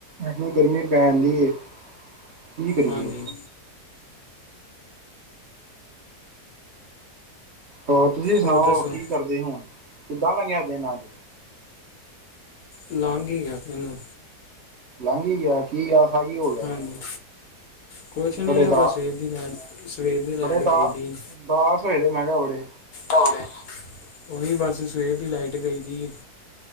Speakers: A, on the right; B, on the left.
A: ਐਨੀ ਗਰਮੀ ਪੈਨ ਡੀ ਏ ਕੀ ਕਰੀਏ?
B: ਹਾਂਜੀ
A: ਹੋਰ ਤੁਸੀ ਸੁਣਾਓ
B: ਹੋਰ ਦੱਸੋ
A: ਕੀ ਕਰਦੇ ਹੁਣ? ਕਿੱਦਾਂ ਲੰਗਿਆ ਦਿਨ ਅੱਜ?
B: ਲੰਗ ਈ ਗਿਆ ਦਿਨ।
A: ਲੰਘ ਈ ਗਿਆ। ਕੀ ਐਸਾ ਕੀ ਹੋ ਗਿਆ
B: ਹਾਂਜੀ
A: ਜੇ?
B: ਕੁਛ ਨਈ
A: ਬੜੇ
B: ਐ
A: ਦਾ
B: ਬਸ ਸਵੇਰ ਦੀ ਲੈਟ ਸਵੇਰ ਦੀ ਲਾਈਟ
A: ਬੜੇ ਦਾ
B: ਗਈ ਦੀ ਏ
A: ਉਦਾਸ ਹੋਏ ਦੇ ਮੈ ਕਿਹਾ ਬੜੇ।
B: ਹੁਣੇ, ਓਹੀ ਬਸ ਸਵੇਰ ਦੀ ਲਾਈਟ ਗਈ ਦੀ ਐ।